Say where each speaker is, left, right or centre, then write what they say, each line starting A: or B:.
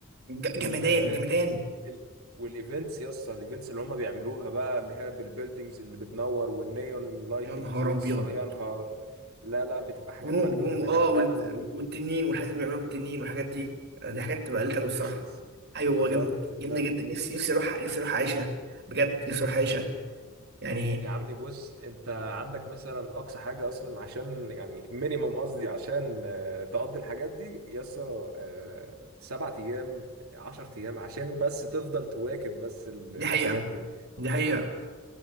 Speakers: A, on the right; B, on the right.
A: <laughs>
B: ج-
A: ال
B: جمدان جمدان
A: ال والايفنتس يسطا الايفنتس اللي هم بيعملوها بقى اللي هي بالبيلدينجز اللي بتنور والنيون لايتنجز
B: يا نهار
A: يسطا
B: ابيض
A: يا نهار لا لا بتبقى حاجات
B: جنون
A: مجنونة
B: جنون
A: هناك
B: اه
A: انا فعلا
B: والد- والتنين والحاجات اللي بيعملوها بالتنين والحاجات دي آه، دي حاجات تبقى
A: التراديشنز
B: قلت انا الصراحه ايوه
A: بالظبط
B: هو جامد
A: لا
B: جامده جدا نفسي نفسي اروح نفسي اروح اعيشها بجد نفسي اروح اعيشها يعني
A: يا عمي بص انت عندك مثلا اقصى حاجه اصلا عشان يعني مينيمم قصدي عشان آه، تقضي الحاجات دي يسا آه، سبعة ايام عشر ايام عشان بس تفضل تواكب بس ال- الحاجات
B: دي حقيقه
A: دي
B: دي حقيقه